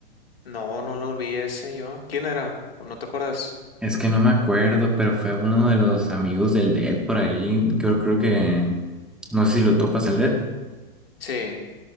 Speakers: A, on the left; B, in the centre.
A: No, no lo olvidé ese yo. ¿Quién era? ¿O no te acuerdas?
B: Es que no me acuerdo, pero fue uno de los amigos del Dead por ahí, yo creo que, no sé si lo topas el Dead.
A: Sí.